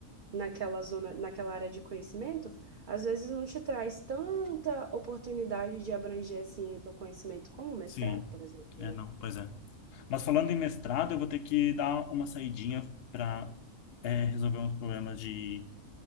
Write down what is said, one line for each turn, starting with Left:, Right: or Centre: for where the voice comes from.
Right: naquela zona, naquela área de conhecimento, às vezes não te traz tanta oportunidade de abranger, assim, o teu conhecimento como o mestrado,
Left: Sim.
Right: por exemplo,
Left: É,
Right: né?
Left: não, pois é. Mas falando em mestrado, eu vou ter que dar uma saidinha para resolver uns problemas de